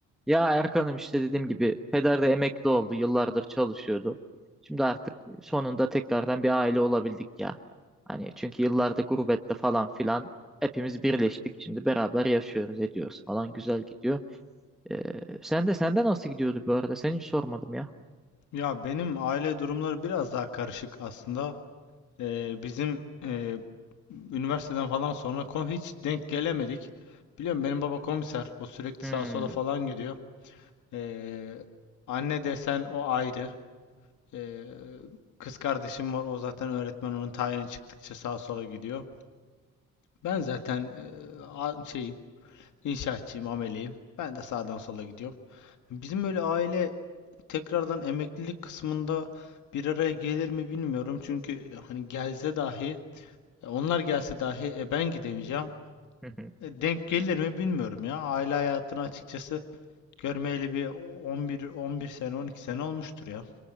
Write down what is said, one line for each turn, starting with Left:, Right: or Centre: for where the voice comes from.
Centre: Ya Erkan'ım işte dediğim gibi peder de emekli oldu. Yıllardır çalışıyordu. Şimdi artık sonunda tekrardan bir aile olabildik ya. Hani çünkü yıllardır gurbette falan filan hepimiz birleştik. Şimdi beraber yaşıyoruz, ediyoruz falan güzel gidiyor. Ee, sen de senden nasıl gidiyordu bu arada? Seni hiç sormadım ya.
Left: Ya benim aile durumları biraz daha karışık aslında. Ee, bizim e, üniversiteden falan sonra kom hiç denk gelemedik. Biliyorum benim baba komiser. O sürekli
Centre: Hmm.
Left: sağa sola falan gidiyor. Ee, anne desen o ayrı. Ee, kız kardeşim var. O zaten öğretmen. Onun tayini çıktıkça sağa sola gidiyor. Ben zaten e, a- şeyim, inşaatçıyım, ameleyim. Ben de sağdan sola gidiyorum. Bizim öyle aile tekrardan emeklilik kısmında bir araya gelir mi bilmiyorum. Çünkü e, hani gelse dahi e, onlar gelse dahi e, ben gidemeyeceğim.
Centre: <laughs>
Left: E, denk gelir mi bilmiyorum ya. Aile hayatını açıkçası görmeyeli bir 11 11 sene 12 sene olmuştur ya.